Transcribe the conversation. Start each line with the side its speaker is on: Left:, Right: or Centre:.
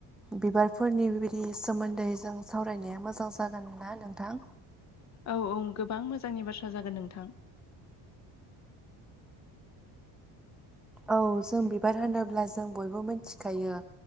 Centre: बिबारफोरनि बेबायदि सोमोन्दै जों सावरायनाया मोजां जागोन ना नोंथां
Left: औ-औ गोबां मोजांनि बाथ्रा जागोन नोंथां
Centre: औ जों बिबार होनोब्ला जों बयबो मिथिखायो